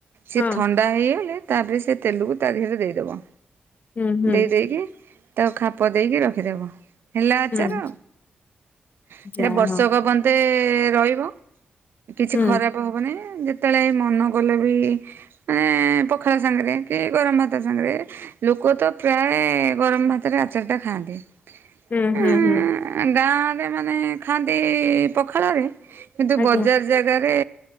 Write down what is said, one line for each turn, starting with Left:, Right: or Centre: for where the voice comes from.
Left: ହଁ
Right: ସିଏ ଥଣ୍ଡା ହେଇଗଲେ ତାପରେ ସେ ତେଲକୁ ତା ଦିହରେ ଦେଇଦବ।
Left: ହୁଁ ହୁଁ
Right: ଦେଇ ଦେଇକି ତାକୁ ଖାପ ଦେଇକି ରଖିଦବ। ହେଲା ଆଚାର
Left: ହୁଁ
Right: ସେଟା
Left: ଯାହା
Right: ବର୍ଷକ
Left: ହଉ
Right: ପ ଯ୍ୟତେ ରହିବ କିଛି
Left: ହୁଁ
Right: ଖରାପ ହବନି ଯେ ଯେତେବେଳେ ମନ କଲେ ବି ମାନେ ପଖାଳ ସାଙ୍ଗରେ କି ଗରମ ଭାତ ସାଙ୍ଗରେ। ଲୋକ ତ ପ୍ରାୟ ଗରମ ଭାତରେ ଆଚାର ଟା ଖାଆନ୍ତି।
Left: ହୁଁ ହୁଁ
Right: ଉଁ
Left: ହୁଁ।
Right: ଗାଁରେ ମାନେ ଖାଆନ୍ତି ପଖାଳରେ କିନ୍ତୁ
Left: ଆଜ୍ଞା
Right: ବଜାର ସବୁ ଜାଗାରେ